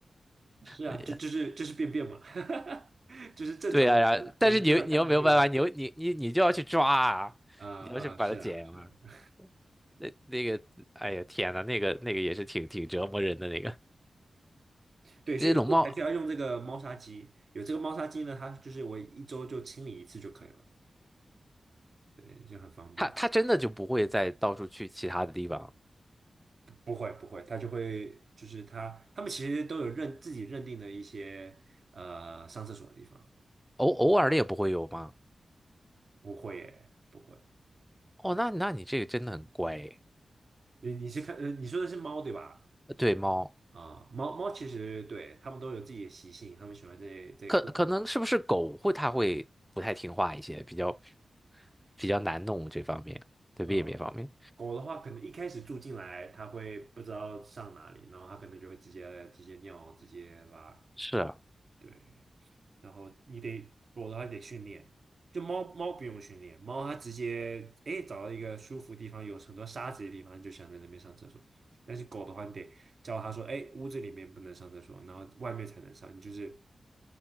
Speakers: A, on the right; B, in the centre.
A: 是啊，
B: <laughs>
A: 这就是这是便便嘛，<laughs> 就是正常的，
B: 对呀、然后但是你又你又没有办法，
A: 我们正常看到便便。
B: 你又你你你就要去抓啊，
A: 啊啊，
B: 你要去把它剪啊。
A: 是啊是啊。
B: 那那个，哎呀天呐，那个那个也是挺挺折磨人的那个。
A: 对，所以所以我才需要用这个猫砂机。
B: 这些龙猫，
A: 有这个猫砂机呢，它就是我一周就清理一次就可以了，对，就很方便。
B: 它它真的就不会再到处去其他的地方，
A: 不会不会，它就会就是它，他们其实都有认自己认定的一些呃上厕所的地方。
B: 偶偶尔的也不会有吗？
A: 不会耶，不会。
B: 哦，那那你这个真的很乖诶
A: 你你是看呃你说的是猫对吧？
B: 呃对猫，
A: 啊、猫猫其实对它们都有自己的习性，它们喜欢在在固定地
B: 可可能是不是狗会它会不太听话一些，比较比较难弄这方面，对便便方面。
A: 嗯，狗的话，可能一开始住进来，它会不知道上哪里，然后它可能就会直接直接尿，直接拉。
B: 是啊。
A: 对，然后你得，我的话得训练。就猫猫不用训练，猫它直接哎找到一个舒服地方，有很多沙子的地方，就想在那边上厕所。但是狗的话，你得教它说，哎，屋子里面不能上厕所，然后外面才能上。你就是